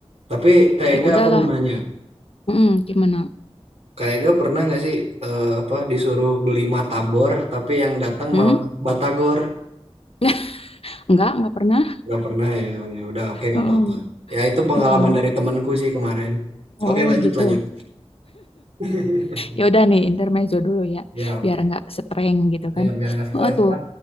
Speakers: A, on the right; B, on the left.
A: Tapi Tega
B: Ya udahlah.
A: aku mau nanya,
B: Mm-mm, Gimana?
A: Kak Ega pernah nggak sih eh, apa disuruh beli matabor, tapi yang datang
B: Hmm?
A: malah batagor?
B: <laughs> Enggak, enggak pernah.
A: Nggak pernah ya. Ya udah, oke nggak
B: Mm-mm,
A: apa-apa. Ya itu pengalaman
B: mm-mm.
A: dari temanku sih kemarin. Oke,
B: Oh
A: lanjut,
B: gitu.
A: lanjut. <laughs>
B: Ya udah nih intermezzo dulu ya,
A: Ya oke.
B: biar nggak streng gitu
A: Ya
B: kan.
A: biar nggak stres
B: Heeh tuh,
A: ya.